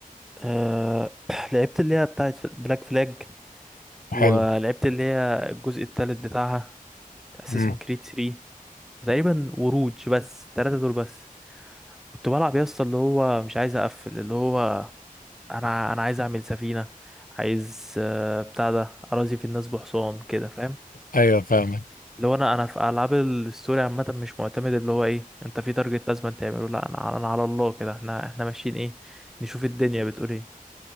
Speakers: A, in the centre; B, on the left (about 70°).
A: آه <clears throat> لعبت اللي هي بتاعت بلاك فلاج ولعبت
B: حلو
A: اللي هي الجزء التالت بتاعها اساسن
B: امم
A: كريد 3 تقريبا وروج بس التلاتة دول بس كنت بلعب يا اسطى اللي هو مش عايز اقفل اللي هو انا انا عايز اعمل سفينه عايز آه، بتاع ده اراضي في الناس بحصان كده فاهم
B: ايوه فاهمك
A: اللي هو انا انا في العاب الستوري عامه مش معتمد اللي هو ايه انت في تارجت لازم تعمله لا انا انا على الله كده احنا احنا ماشيين ايه نشوف الدنيا بتقول ايه